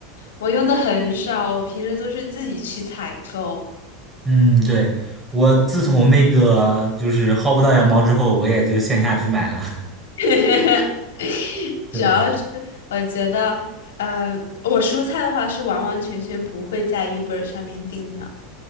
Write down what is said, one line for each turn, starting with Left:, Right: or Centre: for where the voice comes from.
Left: 我用的很少，我平时都是自己去采购。
Right: 嗯，对，我自从那个就是薅不到羊毛之后，我也就线下去买了。<laughs>
Left: <laughs>
Right: 对
Left: 主要是我觉得，嗯，我蔬菜的话是完完全全不会在 Uber 上面订的，